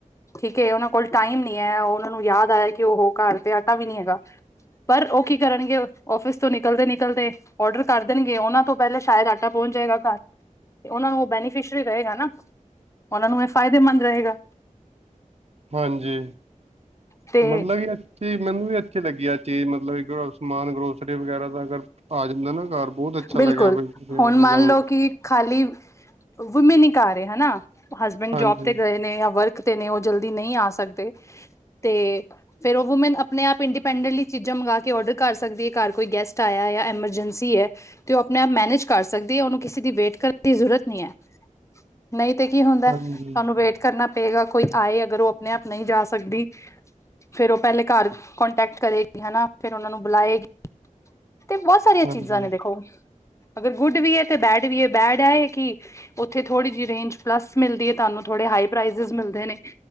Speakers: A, on the left; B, on the right.
A: ਠੀਕ, ਉਹਨਾਂ ਕੋਲ ਟਾਈਮ ਨੀ ਹੈ। ਉਹਨਾਂ ਨੂੰ ਯਾਦ ਆਇਆ ਕਿ ਉਹ ਘਰ ਤੇ ਆਟਾ ਵੀ ਨਹੀਂ ਹੈਗਾ। ਪਰ ਉਹ ਕੀ ਕਰਨਗੇ? ਆਫਿਸ ਤੋਂ ਨਿਕਲਦੇ -ਨਿਕਲਦੇ ਔਡਰ ਕਰ ਦੇਣਗੇ। ਉਹਨਾਂ ਤੋਂ ਪਹਿਲੇ ਸ਼ਾਇਦ। ਪਹੁੰਚ ਜਾਏਗਾ ਘਰ ਤੇ। ਉਹਨਾਂ ਨੂੰ ਉਹ ਬੈਨੀਫਿਸ਼ਰੀ ਰਹੇਗਾ ਨਾ। ਉਹਨਾਂ ਨੂੰ ਇਹ ਫਾਇਦੇਮੰਦ ਰਹੇਗਾ।
B: ਹਾਂਜੀ,
A: ਤੇ
B: ਮਤਲਬ ਕਿ ਚੀ ਮੈਨੂੰ ਵੀ ਅੱਛੀ ਲੱਗੀ ਆ, ਚੀਜ਼ ਮਤਲਬ ਸਮਾਨ ਗਰੋਸਰੀ ਵਗੈਰਾ ਦਾ ਅਗਰ ਆ ਜਾਂਦਾ ਨਾ ਘਰ। ਬਹੁਤ ਅੱਛਾ
A: ਬਿਲਕੁਲ
B: ਲਗਿਆ ਬਾਈ
A: ਹੁਣ
B: ਆਣਾ
A: ਮੰਨ
B: ਜਾਣਾ
A: ਲਓ
B: ਦਾ।
A: ਕਿ ਖਾਲੀ ਵੂਮਿਨ ਹੀ ਕਰ ਰਹੇ ਹਨਾ ਹਸਬੈਂਡ
B: ਹਾਂਜੀ
A: ਜੋਬ ਤੇ ਗਏ ਨੇ ਜਾਂ ਵਰਕ। ਨੇ ਉਹ ਜਲਦੀ ਨਹੀਂ ਆ ਸਕਦੇ ਤੇ। ਫਿਰ ਉਹ ਵੂਮੈਨ ਆਪਣੇ ਆਪ ਇੰਡੀਪੈਂਡੈਂਟਲੀ ਚੀਜ਼ਾਂ ਮੰਗਗਾਵਾ ਕੇ ਔਡਰ ਕਰ ਸਕਦੀ ਏ, ਘਰ ਕੋਈ ਗੈਸਟ ਆਇਆ ਜਾਂ ਐਮਰਜੈਂਸੀ ਐ। ਤੇ ਉਹ ਆਪਣੇ ਆਪ ਮੈਨੇਜ ਕਰ ਸਕਦੀ ਏ, ਉਹਨੂੰ ਕਿਸੇ ਦੀ ਵੇਟ ਕਰਨ ਦੀ ਜ਼ਰੂਰਤ ਨ ਨਹੀਂ ਐ। ਨਹੀਂ ਤੇ ਕੀ ਹੁੰਦਾ
B: ਹਾਂਜੀ
A: ਤੁਹਾਨੂੰ ਵੇਟ। ਕਰਨਾ ਪਏਗਾ ਕੋਈ ਆਏ ਅਗਰ ਉਹ ਆਪਣੇ ਆਪ ਨਹੀਂ ਜਾ ਸਕਦੀ। ਫੇਰ ਉਹ ਪਹਿਲੇ ਘਰ ਕੋਂਟੈਕਟ ਕਰੇਗੀ, ਹਨਾ ਫੇਰ ਉਹਨਾਂ ਨੂੰ ਬੁਲਾਏਗੀ। ਤੇ ਬਹੁਤ ਸਾਰੀਆਂ
B: ਹਾਂਜੀ
A: ਚੀਜ਼ਾਂ ਨੇ ਦੇਖੋ, ਅਗਰ ਗੁੱਡ ਵੀ ਏ ਤੇ ਬੈਡ ਵੀ ਏ ਬੈਡ ਐ ਕਿ ਉਓਥੇ ਥੋੜੀ ਜਿਹੀ ਰੇਂਜ ਪਲਸ ਮਿਲਦੀ ਏ ਤੁਹਾਨੂੰ ਥੋੜੇ ਹਾਈ ਪ੍ਰਜ ਮਿਲਦੇ ਨੇ